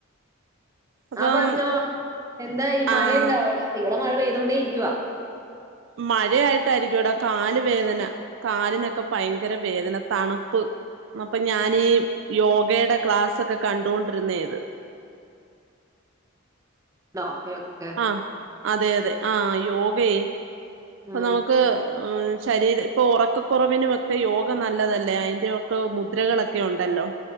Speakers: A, on the right; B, on the right.
A: അപ്പം
B: ആ പറഞ്ഞോ എന്തായി മഴയുണ്ടോ
A: ആഹ്
B: അവിടെ ഇവിടെ മഴ പെയ്തോണ്ടേ രിക്ക
A: മഴയായിട്ടായിരിക്കു ടാ കാല് വേദന കാലിനൊക്കെ ഭയങ്കര വേദന തണുപ്പ് അപ്പൊ ഞാനീ യോഗയുടെ ക്ലാസൊക്കെ കണ്ടൊണ്ടിരുന്നെത്
B: <unintelligible>
A: ആഹ് അതെ അതെ ആ യോഗെ പ്പോ
B: ഉം,
A: നമുക്ക് ശരീര പ്പൊ ഉറക്കക്കുറവിനൊക്കെ യോഗ നല്ലതല്ലേ അതിന്റെയൊക്കെ മുദ്രകളൊക്കെ ഒണ്ടല്ലോ